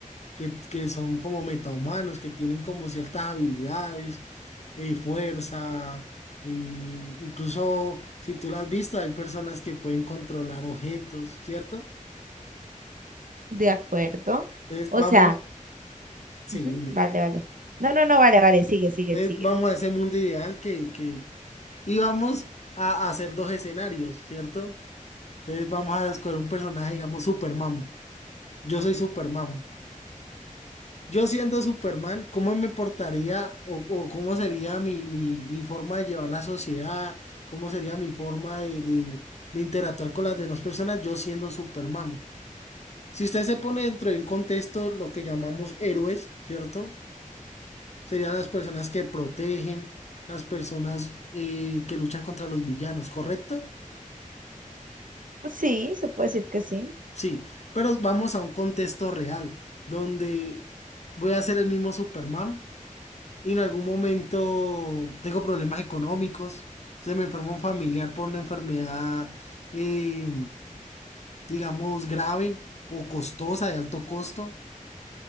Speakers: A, on the left (about 55°); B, on the right (about 75°).
A: que, que son como metahumanos, que tienen como ciertas habilidades, eh, fuerza, eh, incluso si tú lo has visto, hay personas que pueden controlar objetos, ¿cierto?
B: de acuerdo.
A: Entonces
B: O
A: vamos,
B: sea,
A: sí,
B: Ujú,
A: dime.
B: Vale, vale. No, no, no, vale, vale, sigue, sigue,
A: Entonces
B: sigue.
A: vamos a ese mundo ideal que, que, y vamos a, a hacer dos escenarios, ¿cierto? Entonces vamos a escoger un personaje, digamos Superman. Yo soy Superman. Yo siendo Superman, ¿cómo me portaría o, o cómo sería mi, mi- mi forma de llevar la sociedad? ¿Cómo sería mi forma de, de- de interactuar con las demás personas? Yo siendo Superman. Si usted se pone dentro de un contexto, lo que llamamos héroes, ¿cierto? Serían las personas que protegen, las personas eh, que luchan contra los villanos, ¿correcto?
B: Pues sí, se puede decir que sí.
A: Sí, pero vamos a un contexto real, donde voy a ser el mismo Superman y en algún momento tengo problemas económicos. Se me enfermó un familiar por una enfermedad, eh, digamos, grave o costosa, de alto costo.